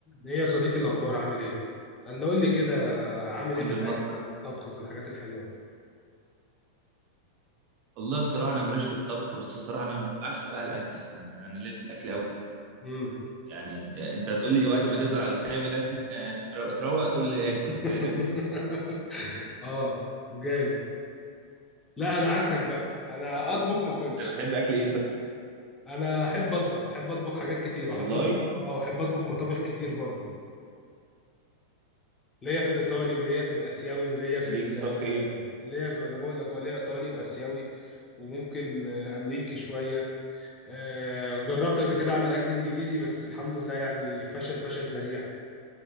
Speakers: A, on the left (about 15°); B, on the right (about 45°).
A: ايه يا صديقي الاخبار عامل ايه قال له قول لي كده عامل
B: الحمد
A: ايه في الاكل
B: لله والله
A: وفي الطبخ وفي الحاجات الحلوه دي
B: والله الصراحه انا ماليش في الطبخ بس الصراحه انا بعشق بقى الاكل انا انا ليا في الاكل قوي
A: امم
B: يعني ده- انت هتقول لي وقت ما تزعل تعمل اكل آه، ترو- تروق تقول لي اكل
A: <laughs>
B: فاهم
A: اه جامد لا انا عكسك بقى انا
B: <laughs>
A: اطبخ ما اكلش
B: انت بتحب اكل ايه طيب
A: انا احب اطبخ احب اطبخ حاجات كتير
B: والله
A: احب اطبخ اه احب اطبخ مطابخ كتير برضه ليا في الايطالي وليا في الاسيوي وليا في
B: ليك
A: ال-
B: في الطبخ ايه
A: ليا في انا بقول لك وليا ايطالي واسيوي وممكن آه، امريكي شويه آه، جربت قبل كده اعمل اكل انجليزي بس الحمد لله يعني فشل فشل ذريع